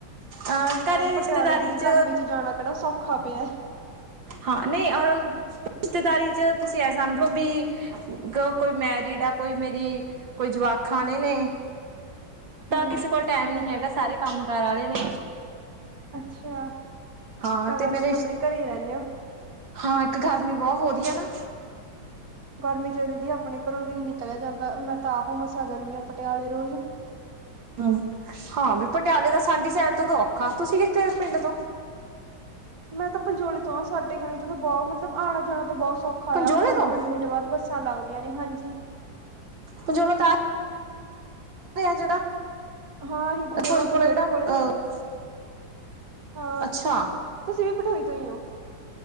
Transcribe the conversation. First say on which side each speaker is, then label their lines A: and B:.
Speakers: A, on the right; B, on the right.
A: ਅਹ
B: ਹਾਂ
A: ਘਰੇ ਰਿਸ਼ਤੇਦਾਰੀ
B: ਪਟਿਆਲੇ ਦੀ
A: ਚ
B: ਗਰਮੀ ਜਾਣਾ ਕਿਹੜਾ ਸੌ ਖਾ ਪਿਆ।
A: ਹਾਂ, ਨਹੀਂ ਔਰ ਰਿਸ਼ਤੇਦਾਰੀ ਚ ਤੁਸੀਂ ਇਹ ਸਮਝ ਲੋ ਵੀ ਕ ਕੋਈ ਮੈਰਿਡ ਆ, ਕੋਈ ਮੇਰੀ ਕੋਈ ਜਵਾਖਾਂ ਆਲੇ ਨੇ। ਤਾਂ
B: ਹੂੰ
A: ਕਿਸੇ
B: ਅੱਛਾ।
A: ਕੋਲ ਟੈਮ ਨੀ ਹੈਗਾ, ਸਾਰੇ ਕੰਮ ਕਾਰ ਆਲੇ ਨੇ।
B: ਅੱਛਾ,
A: ਹਾਂ
B: ਤਾਂ
A: ਤੇ
B: ਕਰਕੇ
A: ਮੇਰੇ
B: ਫਿਰ ਆਪਣੇ ਘਰੇ ਹੀ ਰਹਿੰਨੇ ਓ।
A: ਹਾਂ, ਇੱਕ ਗਰਮੀ ਬਹੁ ਹੋਰੀ ਐ ਨਾ।
B: ਗਰਮੀ ਚ ਤਾਂ ਦੀਦੀ ਆਪਣੇ ਘਰੋਂ ਵੀ ਨੀ ਨਿਕਲਿਆ ਜਾਂਦਾ, ਮੈਂ ਤਾਂ ਆਪ ਮਸਾਂ ਜਾਂਨੀ ਆਂ ਪਟਿਆਲੇ ਰੋਜ਼।
A: ਹੂੰ, ਹਾਂ ਵੀ ਪਟਿਆਲੇ ਦਾ ਸਾਡੀ ਸਾਈਡ ਤੋਂ ਤਾਂ ਔਖਾ, ਤੁਸੀਂ ਕਿੱਥੇ ਪਿੰਡ ਤੋਂ
B: ਮੈਂ ਤਾਂ ਪੰਜੋਲੀ ਤੋਂ ਆਂ, ਸਾਡੇ ਕਨੀ ਤੋ ਤਾਂ ਬਹੁ ਮਤਲਬ ਆਣਾ ਜਾਣਾ ਤਾਂ ਬਹੁਤ ਸੌਖਾ
A: ਪੰਜੋਲੇ
B: ਆ, ਪੰਜ-ਪੰਜ
A: ਤੋਂ
B: ਮਿੰਟ ਮਿੰਟ ਬਾਦ ਬੱਸਾਂ ਲੱਗਦੀਆਂ ਨੇ, ਹਾਂਜੀ।
A: ਪੰਜੋਲਾ ਤਾਂ ਆਹ ਓਥੇ ਆ ਜਿਹੜਾ,
B: ਹਾਂ ਇਹੀ ਪੰਜੋਲਾ
A: ਪਠੋਈ ਕੋਲ
B: ਬਲਬੇੜੇ
A: ਐ ਜਿਹੜਾ, ਅਹ-
B: ਕੋਲੇ ਹਾਂ
A: ਅੱਛਾ।
B: ਤੁਸੀਂ ਵੀ ਪਠੋਈ ਤੋਂ ਈ ਓਂ।